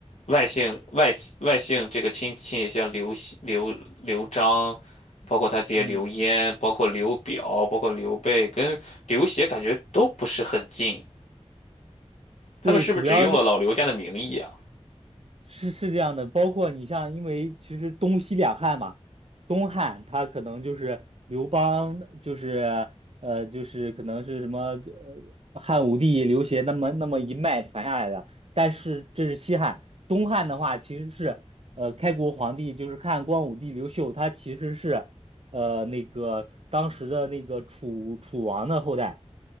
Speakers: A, on the left (about 80°); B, on the right (about 60°).
A: 外姓外外姓这个亲戚，像刘熙刘刘璋，包括他爹刘焉，
B: 嗯，
A: 包括刘表，包括刘备，跟刘协感觉都不是很近。他们是不是只用了老刘家的名义啊？
B: 对，主要是。是是这样的，包括你像，因为其实东西两汉嘛，东汉他可能就是刘邦，就是呃，就是可能是什么呃汉武帝刘协那么那么一脉传下来的，但是这是西汉，东汉的话其实是呃开国皇帝就是汉光武帝刘秀，他其实是呃那个当时的那个楚楚王的后代，